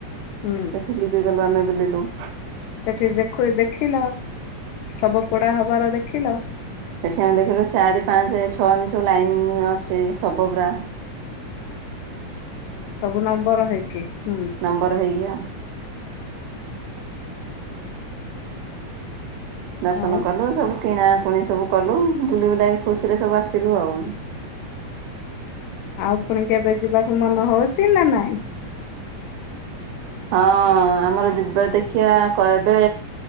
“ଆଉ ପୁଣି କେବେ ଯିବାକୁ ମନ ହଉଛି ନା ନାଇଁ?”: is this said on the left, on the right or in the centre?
Left